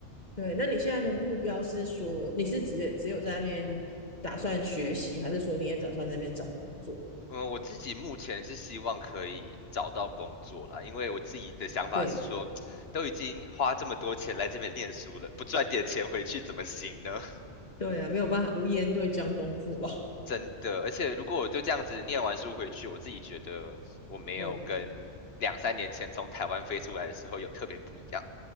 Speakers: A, on the left (about 35°); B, on the left (about 55°).
A: 对，那你现在的目标是说你是只有只有在那边打算学习，还是说你也打算在那边找工作？
B: 嗯，我自己目前是希望可以找到工作啦，因为我自己的想法是说，
A: 对，
B: 都已经花这么多钱来这边念书了，不赚点钱回去怎么行呢？
A: 对啊，没有办法，无言对江东父老。
B: <laughs> 真的，而且如果我就这样子念完书回去，我自己觉得我没有跟两三年前从台湾飞出来的时候有特别不一样，
A: <laughs> 嗯，